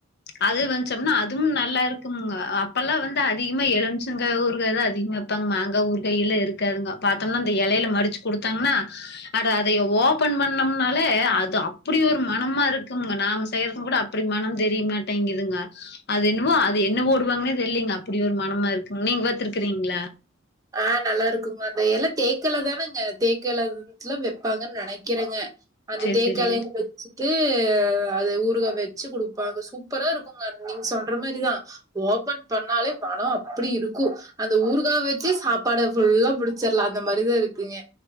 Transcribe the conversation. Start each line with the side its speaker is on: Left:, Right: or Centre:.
Left: அது வச்சோம்னா அதுவும் நல்லா இருக்குங்க அப்பெல்லா வந்து அதிகமா எழும்ச்சங்கா ஊறுகாதா அதிகமா வைப்பாங்க மாங்கா ஊறுகாய் எல்லா இருக்காதுங்க பாத்தோம்னா அந்த இலையில மடிச்சு குடுத்தாங்கன்னா. அட அதைய ஓபன் பண்ணோம்னாலே அது அப்படி ஒரு மனமா இருக்குங்க நாம செய்யறதும் கூட அப்படி மனம் தெரியமாட்டேங்குதுங்க. அது என்னவோ அது என்ன ஓடுவாங்கன்னே தெரியங்க அப்படி ஒரு மனமா இருக்குங்க நீங்க பாத்துருக்கிறீங்களா.
Right: ஆஹ நல்லா இருக்குங்க அது எல்லா தேக்கெல தானேங்க தேக்கெல இதுல வப்பாங்கன்னு நனைக்கிறங்க. அந்த
Left: சரி,
Right: தேக்கெலைய
Left: சரி.
Right: வச்சுட்டு. அது ஊருகா வச்சு குடுப்பாங்க சூப்பரா இருக்குங்க நீங்க சொல்ற மாரிதா. ஓபன் பண்ணாலே மனம் அப்படி இருக்கு அந்த ஊறுகா வச். சு சாப்பாட ஃபுல்லா முடிச்சுறுலா அந்த மாரிதா இருக்குங்க